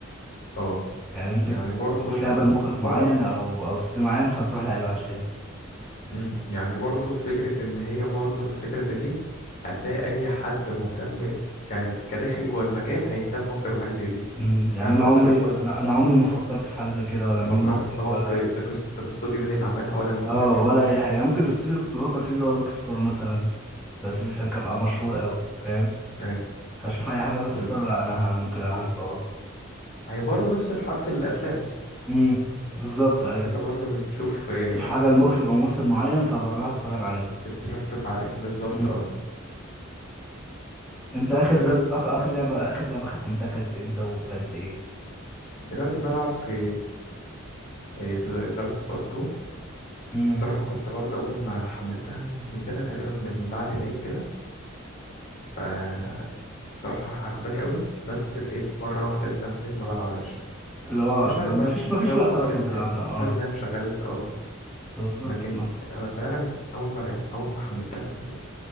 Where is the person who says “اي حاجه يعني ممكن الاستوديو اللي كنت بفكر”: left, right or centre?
Centre